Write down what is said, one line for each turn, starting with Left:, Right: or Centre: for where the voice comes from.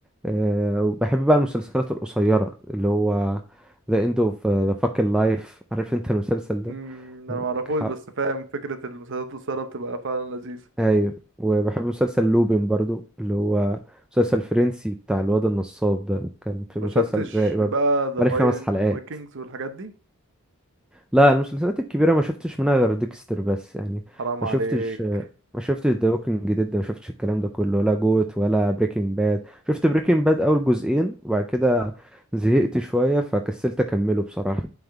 Centre: آه، وبحب بقى المسلسلات القصيرة اللي هو The End of the Fucking Life عارف انت المسلسل
Right: مم،
Centre: ده
Right: انا
Centre: آه،
Right: ما اعرفوش
Centre: ح-
Right: بس فاهم فكره المسلسلات القصيره بتبقى فعلا لذيذه
Centre: ايوه وبحب مسلسل لوبين برضو اللي هو مسلسل فرنسي بتاع الواد النصاب ده كان في
Right: ما
Centre: مسلسل
Right: شفتش
Centre: رايق برضو
Right: بقى ذا
Centre: حوالي خمس حلقات
Right: فايكنجز والحاجات دي
Centre: لا المسلسلات الكبيرة ما شفتش منها غير ديكستر بس يعني
Right: حرام
Centre: ما
Right: عليك
Centre: شفتش ما شفتش ذا ووكينج ديد ما شفتش الكلام ده كله ولا جوت ولا بريكنج باد شفت بريكنج باد أول جزئين وبعد كده زهقت شوية فكسلت أكمله بصراحة